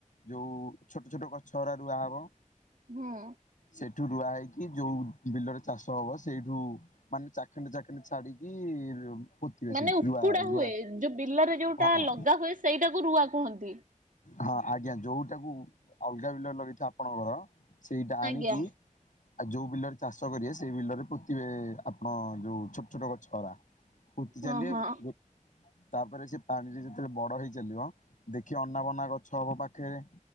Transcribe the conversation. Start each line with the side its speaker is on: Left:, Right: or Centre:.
Left: ଯୋଉ ଛୋଟ ଛୋଟ ଗଛଗୁରା ରୁଆ ହବ।
Right: ହଁ।
Left: ସେଇଠୁ ରୁଆ ହେଇକି ଯୋଉ ବିଲରେ ଚାଷ ହବ ସେଇଠୁ ମାନେ ଚାଖଣ୍ଡେ ଚାଖଣ୍ଡେ ଛାଡିକି ପୋତିବେ
Right: ମାନେ
Left: ସେ
Right: ଉପୁଡା
Left: ରୁଆ ରୁଆ
Right: ହୁଏ ଯୋଉ ବିଲରେ ଯୋଉଟା
Left: ହ ହଁ।
Right: ଲଗା ହୁଏ ସେଇଟାକୁ ରୁଆ କୁହନ୍ତି।
Left: ହଁ ଆଜ୍ଞା ଯୋଉଟାକୁ ଅଲଗା ବିଲରେ ଲଗେଇଥିବେ ଆପଣଙ୍କର ସେଇଟା ଆଣି
Right: ଆଜ୍ଞା
Left: ଆଉ ଯୋଉ ବିଲରେ ଚାଷ କରିବେ ସେଇ ବିଲରେ ପୋତିିବେ ଆପଣ ଯୋଉ ଛୋଟ ଛୋଟ ଗଛ ଗରା। ପୋତି
Right: ହଁ
Left: ଚାଲିବେ।
Right: ହଁ
Left: ତାପରେ ସେ ପାଣିରେ ଯେତେବେଳେ ବଡ ହେଇ ଚାଲିବ ଦେଖିବେ ଅନା ବନା ଗଛ ହବ ପାଖରେ।